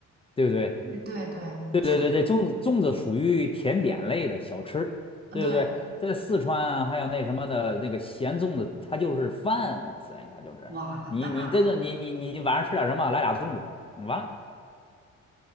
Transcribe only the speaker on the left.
对不对？
对对对对，
粽子粽子属于甜点类的小吃，对不对？
在四川啊，还有那什么的那个咸粽子，它就是饭，哇塞，它就是你你这个你你你晚上吃点什么，
来俩粽子，嗯完了。